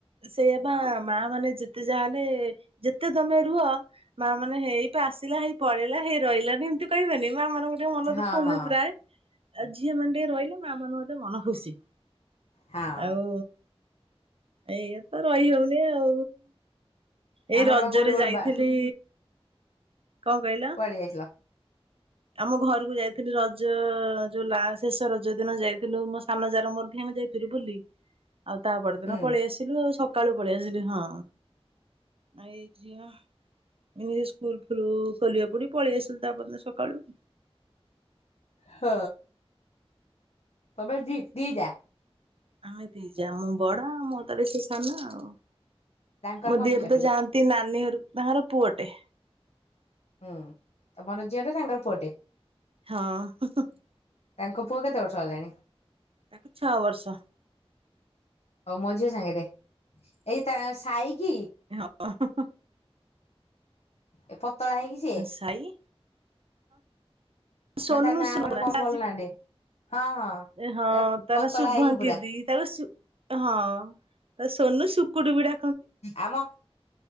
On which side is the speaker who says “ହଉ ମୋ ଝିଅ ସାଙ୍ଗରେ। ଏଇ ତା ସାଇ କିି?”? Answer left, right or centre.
Left